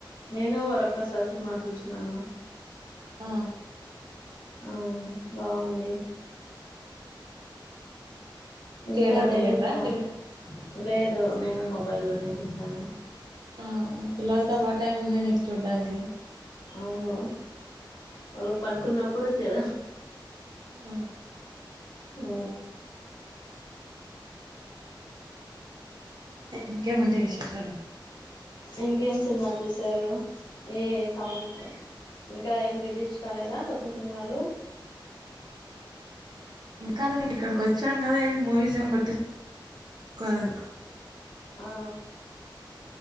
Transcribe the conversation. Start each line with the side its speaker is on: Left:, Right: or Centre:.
Left: నేను వరప్రసాద్ సినిమా చూసినాను
Right: ఆ
Left: ఆ బాగుంది ఇంకా
Right: థియేటర్కి
Left: వేరే
Right: వెళ్ళిండ్రా
Left: సినిమాలు
Right: అండి
Left: లేదు నేను మొబైల్లోనే చూశాను
Right: ఆ పిల్లలతో బాగా టైం ఉందే నీకు చూడ్డానికి
Left: అవును వాళ్ళు పండుకున్నప్పుడు ఎప్పుడు చెర
Right: ఆ
Left: ఆ
Right: ఇంకేమండి విశేషాలు
Left: ఇంకేం సినిమా చూసారు ఏ సం ఇంకా ఏం రిలీజ్ కాలేదా కొత్త సినిమాలు అ
Right: ఇంకా అండి ఇక్కడికి వచ్చాం కదా ఎం మూవీస్ ఏం బట్టి. కాదు
Left: ఆ